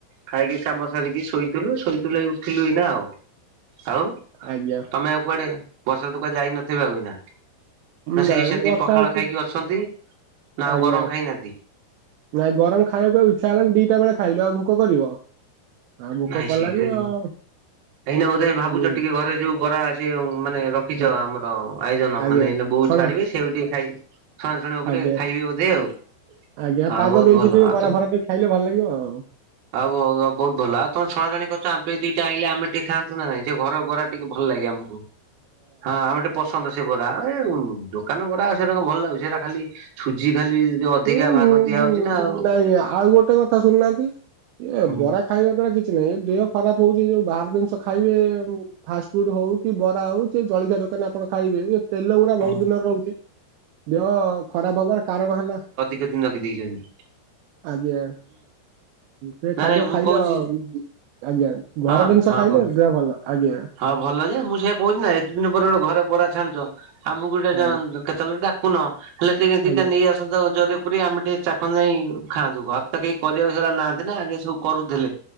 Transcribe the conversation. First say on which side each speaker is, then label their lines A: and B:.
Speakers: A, on the right; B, on the right.
A: ଖାଇକି, କାମ ସରିକି ଶୋଇଥିଲୁ, ଶୋଇଥିଲୁ ଉଠିଲୁ ଏଇନା ଆଉ, ଆଉ
B: ଆଜ୍ଞା।
A: ତମେ ଆଉ କୁଆଡେ, ବର୍ଷା ତ କୁଆଡେ ଯାଇ ନଥିବେ ଆଉ ଏଇନା, ନା
B: ନାଇଁ
A: ସେଇ ସେତିକି
B: ବର୍ଷା
A: ପଖାଳ
B: ହଉଛି
A: ଖାଇକି ଅ ଛନ୍ତି, ନା ଆଉ
B: ଆଜ୍ଞା।
A: ଗରମ ଖାଇନାହାନ୍ତି?
B: ନାଇଁ ଗରମ ଖାଇବାକୁ ଇଛା ହେଲାନି, ଦିଟା ବେଳେ ଖାଇଲୁ, ଆଉ ଭୋକ କରିବ? ଆଉ ଭୋକ
A: ନାଇଁ
B: କଲାନି
A: ସେ
B: ଆଉ
A: ଏଇନା ବୋଧେ ଭାବୁଚ
B: ହୁଁ
A: ଟିକେ ଘରେ ଯୋଉ ବରା ସେ ମାନେ ରଖିଛ
B: ହଁ
A: ଆମର ଆୟୋଜନ
B: ଆଜ୍ଞା
A: ମାନେ, ଏଇ ବୋଉ
B: ଛଣା
A: ଛାଣିବେ ସେ ଟିକେ ଖାଇ, ଛଣା ଛଣି ଉପରେ
B: ଆଜ୍ଞା
A: ଖାଇବେ ବୋଧେ ଆଉ
B: ଆଜ୍ଞା
A: ଆଉ
B: ପାଗ
A: ବହୁତ
B: ଦେଇଛି
A: ଭଲ
B: ଟିକେ,
A: ଆଉ
B: ବରା
A: ତ
B: ଫରା ଟିକେ ଖାଇଲେ ଭଲ ଲାଗିବ ଆଉ।
A: ଆଉ ହଉ ବହୁତ ଭଲ, ଆଉ ତମେ ଛଣା ଛଣି କରୁଚ, ଆମ ପାଇଁ ଦିଟା ଆଇଁଲେ, ଆମେ ଟିକେ ଖାଆନ୍ତୁ ନା ନାଇଁ, ସେ ଘର ବରା ଟିକେ ଭଲ ଲାଗେ ଆମକୁ, ହଁ ଆମେ ଟେ ପସନ୍ଦ ସେ ବରା, ଏ ଦୋକାନ ବରା ଆଉ ସେରା କଣ ଭଲ ଲାଗୁଚି, ସେରା ଖାଲି ସୁଜି ଖାଲି ଯୋଉ ଅଧିକା
B: <unintelligible>
A: ଭାଗ ଦିଆ ହଉଛି ନା ଆଉ
B: ନାଇଁ ଆଉ ଗୋଟେ କଥା ଶୁଣନାହାନ୍ତି, ଏ
A: ହୁଁ
B: ବରା ଖାଇବା ଦ୍ଵାରା କିଛି ନାହିଁ, ଏ ଦେହ ଖରାପ ହଉଚି, ଏ ଯୋଉ ବାହାର ଜିନିଷ ଖାଇବେ ଫାଷ୍ଟ ଫୁଡ ହଉ, କି ବରା ହଉ, ସେ ଜଳଖିଆ ଦୋକାନ ଆପଣ ଖାଇବେ ତେଲ ଗୁରା
A: ହଁ
B: ବହୁତ ଦିନରେ ରହୁଚି, ଦେହ ଖରାପ ହବାର କାରଣ ହେଲା
A: କେତେ ଦିନି ରଖି ଦେଇଚନ୍ତି?
B: ଆଜ୍ଞା, ସେ
A: ନାଇଁ
B: ଖାଦ୍ୟ
A: ନାଇଁ ମୁଁ
B: ଖାଇଲେ
A: କହୁଛି
B: ଅ, ଆଜ୍ଞା। ଘର
A: ହଁ
B: ଜିନିଷ
A: ହଁ
B: ଖାଇଲେ
A: କୁହନ୍ତୁ।
B: ଦେହ ଭଲ, ଆଜ୍ଞା।
A: ହଁ ଭଲ ଯେ, ମୁଁ ସେଇୟା କହୁଛି ନା, ଏତେ ଦିନି ପରେ ଗୋଟେ ଘରେ ବରା ଛାଣୁଚ, ଆମକୁ ଗୋଟେ
B: ଆଜ୍ଞା
A: କେତେବେଳେ ଡାକୁୁନ, ହେଲେ ଟିକେ ଦିଟା
B: ଆଜ୍ଞା
A: ନେଇଆସ ନେଇ ଆସନ୍ତ ଜରିରେ ପୁରେଇକି, ଆମେ ଟିକେ ଚାକଣ ଯାଇ ଖାଆନ୍ତୁ, ଘରେ ତ କେହି କରିବାକୁ ସେଇଭଳିଆ ନାହାନ୍ତି ନା, ଯିଏ ସବୁ କରୁଥିଲେ।